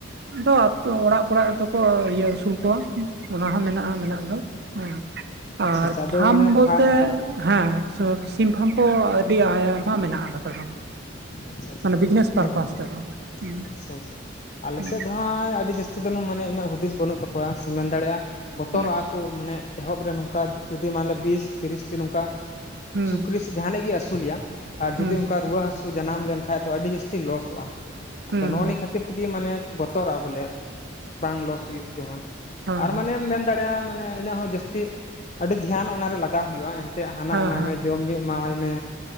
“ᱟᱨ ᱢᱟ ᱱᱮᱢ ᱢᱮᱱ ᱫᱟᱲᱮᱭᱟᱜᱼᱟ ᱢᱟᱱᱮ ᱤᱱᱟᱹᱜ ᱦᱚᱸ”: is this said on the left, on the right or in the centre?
Left